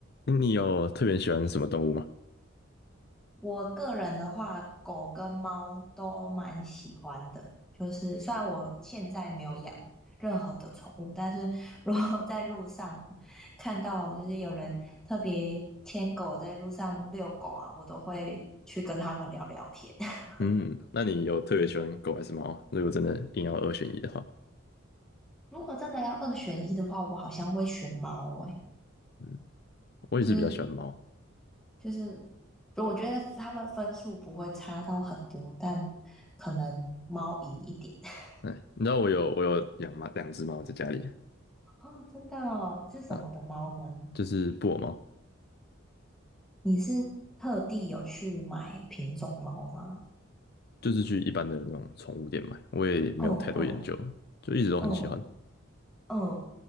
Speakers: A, on the left; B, in the centre.
A: 你有特别喜欢什么动物吗？
B: 我个人的话，狗跟猫都蛮喜欢的。就是虽然我现在没有养任何的宠物，但是如果在路上看到就是有人特别牵狗在路上遛狗啊，我都会去跟他们聊聊天。<laughs>
A: 嗯，那你有特别喜欢狗还是猫啊？如果真的硬要二选一的话，
B: 如果真的要二选一的话，我好像会选猫诶、
A: 嗯，我也是比较喜欢猫啊。
B: 就是就是，我觉得他们分数不会差到很多，但可能猫赢一点。<laughs>
A: 哎，你知道我有我有养猫两只猫在家里
B: 哦，真的哦，是什么的猫吗？
A: 啊，就是布偶猫，
B: 你是特地有去买品种猫吗？
A: 就是去一般的那种宠物店买，我也没有太多研究，
B: 嗯嗯
A: 就一直都很喜欢。
B: 嗯嗯，哦，